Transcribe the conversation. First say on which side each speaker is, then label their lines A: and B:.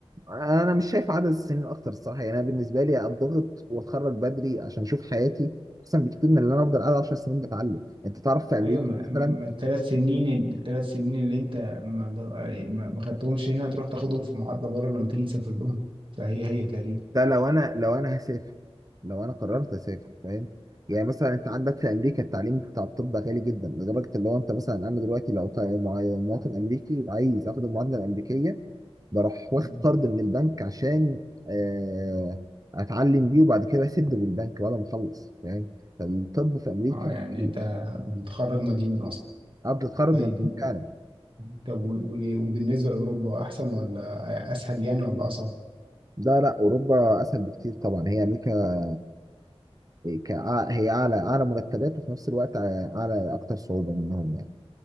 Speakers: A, on the right; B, on the right.
A: انا مش شايف عدد السنين اكتر الصراحه يعني انا بالنسبه لي اتضغط واتخرج بدري عشان اشوف حياتي احسن بكتير من ان انا افضل قاعد 10 سنين بتعلم انت تعرف في امريكا
B: ايوه ما, ما
A: مثلا
B: ما الثلاث سنين الثلاث سنين اللي انت ما, ما ما خدتهمش هنا هتروح تاخدهم في معادلة بره لما تيجي تسافر لهم فهي هي تقريبا
A: لا لو انا لو انا هسافر لو انا قررت اسافر فاهم يعني مثلا انت عندك في امريكا التعليم بتاع الطب غالي جدا لدرجه ان هو انت مثلا انا دلوقتي لو طا- مع- مواطن امريكي عايز اخد المعادله الامريكيه بروح واخد
B: مم.
A: قرض من البنك عشان آه، اتعلم بيه وبعد كده اسد بالبنك بعد ما اخلص فاهم فالطب في امريكا
B: اه يعني
A: بتكلف
B: انت متخرج مديون اصلا
A: قبل تتخرج
B: طيب
A: مطلوب
B: و...
A: فعلا
B: طب و... و- وبالنسبة لأوروبا احسن ولا اسهل يعني ولا اصعب؟
A: لا لا اوروبا اسهل بكتير طبعا هي امريكا كع- هي اعلى اعلى مرتبات وفي نفس الوقت اعلى اكتر صعوبه منهم يعني